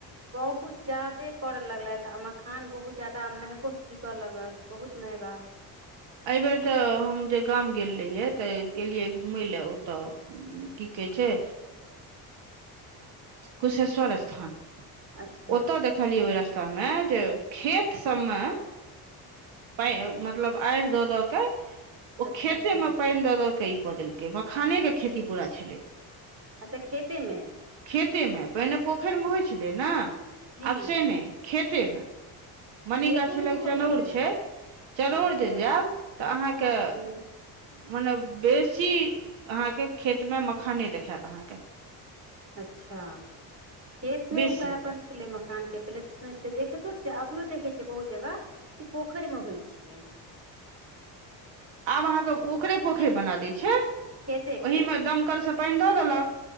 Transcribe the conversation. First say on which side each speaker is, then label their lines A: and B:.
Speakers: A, on the right; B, on the right.
A: बहुत ज्यादे करऽ लगलथि आ मखान बहुत ज्याददा महगो बिकऽ लगल बहुत महगा
B: एहि बेेर तऽ हम जे गाम गेल रहियै तऽ गेलियै घूमय लए ओतऽ की कहै छै कुशेश्वर स्थान
A: अच्छा
B: ओतऽ देख खलियै ओहि रस्ता में जे खेत सब मे प मतलब आढ़ द द के ओ
A: अच्छा
B: खेते
A: अच्छा
B: मे पानि द द के ई कऽ देलकै मखाने के खेती पूरा छलै
A: अच्छा खेतेमे
B: खेतेमे पहिने पोखरिमे होइत छलै ने
A: जी
B: आब से नहि खेतेमे मनिगाछी
A: खेतो मे
B: लग
A: हुअ
B: चनौर
A: लगलै
B: छै चनौर
A: अच्छा
B: जे जायब तऽ अहाँके
A: खे
B: मने बेसी अहाँके खेत मे मखाने देखायत अहाँके
A: अच्छा खेत मे
B: बेसी
A: उप अपन ै मखान के पहिले तऽ सुनै छ देखितो छ अभियो देखै छियै बहुत जगह ई पोखरि मे होइ छियै
B: आब अहाँके ओकरे पोखरि बना दै छै
A: खेते के
B: ओहिमे दमकलसँ पानि दऽ देलक